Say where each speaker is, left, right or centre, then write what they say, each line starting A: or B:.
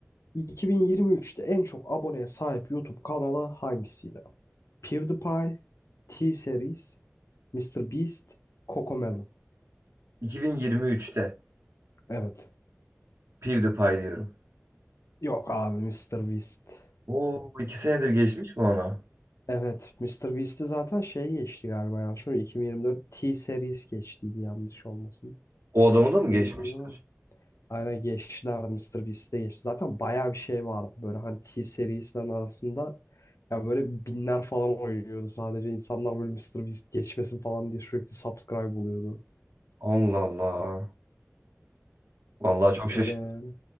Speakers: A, on the left (about 75°); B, on the right (about 60°).
A: 2023'te en çok aboneye sahip YouTube kanalı hangisiydi? PewDiePie, T-Series, Mr. Beast, Cocomelon.
B: 2023'te
A: Evet.
B: PewDiePie diyorum.
A: Yok abi Mr. Beast.
B: Oo, iki senedir geçmiş mi ona?
A: Evet Mr. Beast'i zaten şey geçti galiba yanlış. mı? 2024 T-Series geçtiydi yanlış olmasın.
B: O adamı da mı
A: Emin
B: geçmişler?
A: değilim ama. Aynen geçtiler Mr. Beast'e geçti. Zaten bayağı bir şey vardı böyle hani T serisinden arasında. Ya böyle binler falan oynuyordu sadece. İnsanlar böyle Mr. Beast geçmesin falan diye sürekli subscribe oluyordu.
B: Allah Allah. Vallahi çok şaşırdım.
A: Öyle yani.